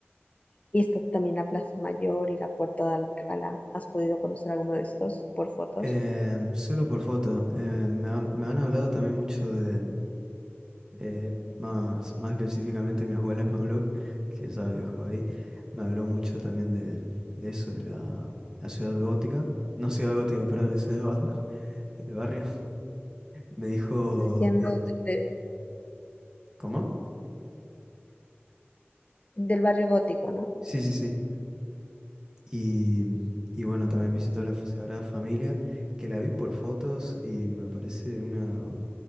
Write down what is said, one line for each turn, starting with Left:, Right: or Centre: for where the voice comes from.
Left: Y está también la Plaza Mayor y la Puerta de Alcalá. ¿Has podido conocer alguno de estos por fotos?
Right: Em, solo por foto. Em, me, ha- me han hablado también mucho de, eh, más, más específicamente mi abuela <laughs> me habló, que ya viajó ahí, me habló mucho también del- de, eso, de la, la ciudad gótica. No ciudad gótica, perdón, la ciudad de Batman. El barrio Me dijo
Left: Diciendo
Right: que...
Left: de- de-
Right: ¿Cómo?
Left: del barrio gótico, ¿no?
Right: Sí, sí, sí. Y, y bueno, también visitó la Sagrada Familia, que la vi por fotos y me parece una,